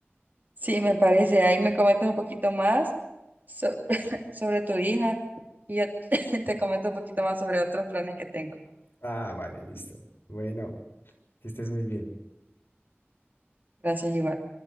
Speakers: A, on the right; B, on the left.
A: Sí, me parece. Ahí me comentas un poquito más so- <laughs> sobre tu hija y yo <laughs> te comento un poquito más sobre otros planes que tengo.
B: Ah, vale, listo. Bueno, que estés muy bien.
A: Gracias, igual.